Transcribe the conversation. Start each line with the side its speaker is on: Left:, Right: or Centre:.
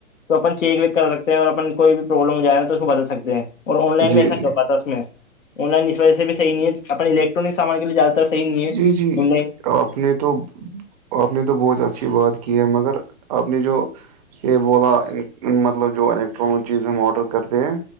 Left: تو اپن چیک ویک کر سکتے ہیں اور اپن کوئی بھی پرابلم ہو جائےا تو اس کو بتا سکتے ہیں اور آن لائن
Right: جی
Left: میں ایسا
Right: جی
Left: د میں آن لائن اس وجہ سے بھی صحی نہیں ہے اپنے الیکٹرانک سامان کے لیے زیادہ تر صح نہیں ہے
Right: جی جی
Left: آن لائن
Right: آپ نے تو آپ نے تو بہت اچھی بات کی ہے مگر آپ نے جو یہ بولا مطلب جو الیکٹرانک چیز ہم آرڈر کرتے ہیں